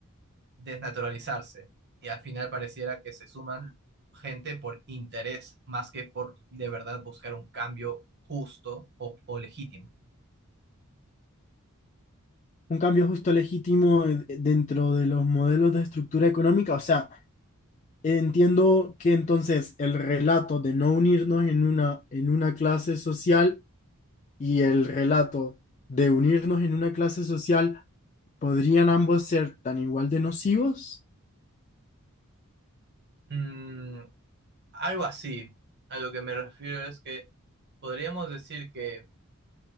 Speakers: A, on the right; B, on the left.
A: desnaturalizarse. Y al final pareciera que se suman gente por interés más que por de verdad buscar un cambio justo o, o legítimo.
B: Un cambio justo legítimo eh, dentro de los modelos de estructura económica. O sea, entiendo que entonces el relato de no unirnos en una, en una clase social y el relato de unirnos en una clase social podrían ambos ser tan igual de nocivos.
A: Mm, Algo así. A lo que me refiero es que podríamos decir que